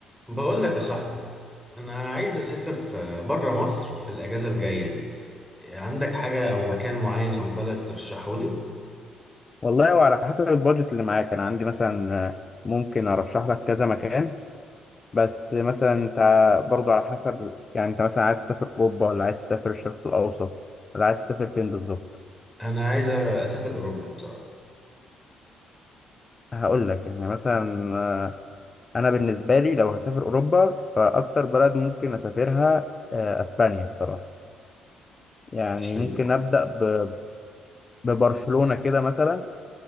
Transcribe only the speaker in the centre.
بقول لك يا صاحبي انا عايز اسافر في بره مصر في الاجازه الجايه دي عندك حاجه او مكان معين او بلد ترشحه لي
انا عايز اسافر اوروبا بصراحه
مش